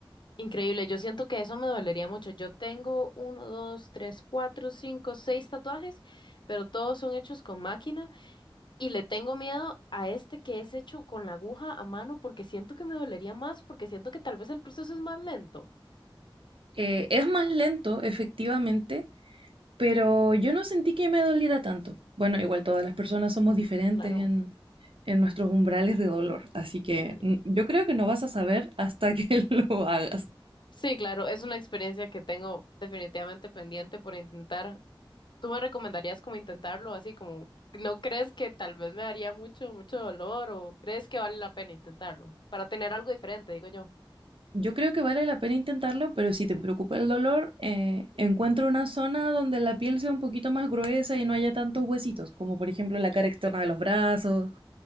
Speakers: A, on the left; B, on the right.
A: Increíble, yo siento que eso me dolería mucho. Yo tengo uno, dos, tres, cuatro, cinco, seis tatuajes, pero todos son hechos con máquina Y le tengo miedo a este que es hecho con la aguja a mano porque siento que me dolería más, porque siento que tal vez el proceso es más lento.
B: Eh, es más lento, efectivamente, pero yo no sentí que me doliera tanto. Bueno, igual todas las personas somos diferentes
A: Claro.
B: en, en nuestros umbrales de dolor, así que
A: Sí,
B: mm, yo creo que no vas a saber hasta que <laughs> lo hagas.
A: Sí, claro, es una experiencia que tengo definitivamente pendiente por intentar. ¿Tú me recomendarías como intentarlo así como, no crees que tal vez me daría mucho, mucho dolor o crees que vale la pena intentarlo para tener algo diferente, digo yo?
B: Yo creo que vale la pena intentarlo, pero si te preocupa el dolor, eh, encuentra una zona donde la piel sea un poquito más gruesa y no haya tantos huesitos, como por ejemplo la cara externa de los brazos